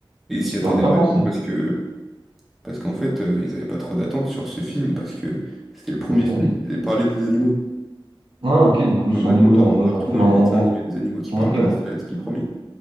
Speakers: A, in the centre; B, on the right.
A: Et ils s'y
B: j'aurais
A: attendaient
B: pas
A: pas
B: pensé.
A: du tout parce que parce qu'en fait, euh, ils avaient pas trop d'attentes sur ce film parce que c'était le premier
B: Ok,
A: film
B: du-
A: qui faisait parler des animaux.
B: Ah, ok, du coup, ils
A: Ouais,
B: se
A: Maintenant,
B: sont dit oui,
A: t'en
B: en
A: vois
B: mode
A: partout
B: on fait
A: dans
B: un-
A: les
B: on-
A: dessins animés des animaux qui
B: on-
A: parlent.
B: ok,
A: Voilà, c'était c'était le premier.